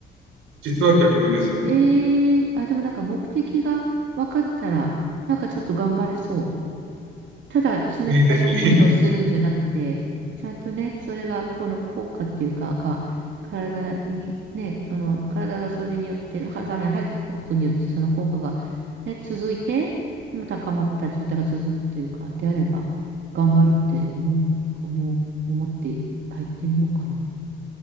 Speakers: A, on the right; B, on the right.
A: 実は逆ですね。
B: ええーあ、でもなんか目的が分かったら、なんかちょっと頑張れそう。ただ冷たい思いをするんじゃなくて、
A: ぜひぜひ。
B: ちゃんとね、それがこの効果っていうか、が、体にね、その体がそれによって、はサウナに入ることによって、その効果がね、続いて、今高まった状態が続くというか、であれば、頑張ろうって思う、思う、思って入ってみようかな。